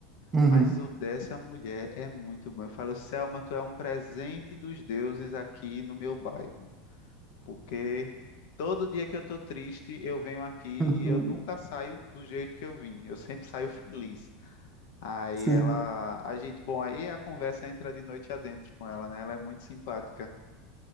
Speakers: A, on the right; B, on the left.
A: Uhum.
B: Mas o dessa mulher é muito bom. Eu falo, Selma, tu é um presente dos deuses aqui no meu bairro. Porque todo dia que eu tô triste, eu venho aqui
A: Uhum.
B: e eu nunca saio do jeito que eu vim. Eu sempre saio feliz. Aí
A: Sim.
B: ela, a gente, bom, aí a conversa entra de noite adentro com ela, né? Ela é muito simpática.